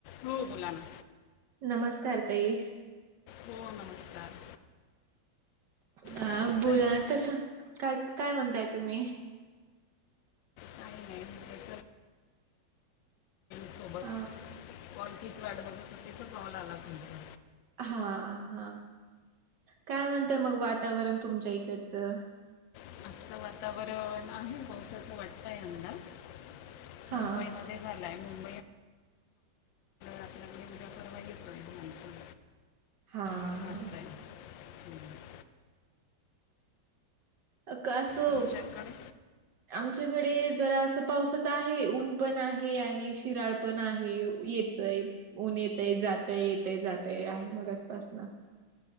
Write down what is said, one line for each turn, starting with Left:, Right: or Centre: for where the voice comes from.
Left: हो बोला ना
Right: नमस्कार ताई!
Left: हो नमस्कार!
Right: ह
Left: काय म्हणताय
Right: बोला कस काय काय म्हणताय तुम्ही?
Left: काय नाही म्हटलं सोबत
Right: अ
Left: फोनची वाट बघत होते कॉल आला तुमचा.
Right: हा हा काय म्हणतय मग वातावरण तुमच्या इकडचं
Left: आजचं वातावरण आहे पावसाच वाटतय अंदाज
Right: हा
Left: मुंबई ते झालायं आपल्याकडे उद्या परवा येतोय मान्सून
Right: हा
Left: असं
Right: हा
Left: वाटतंय हम्म.
Right: अ का असं
Left: तुमच्याकडे
Right: आमच्याकडे जरा असं पावसाचं आहे ऊन पण आहे आणि शिराळ पण आहे येतय ऊन येतय जातय येतय जातय आहे मगासपासन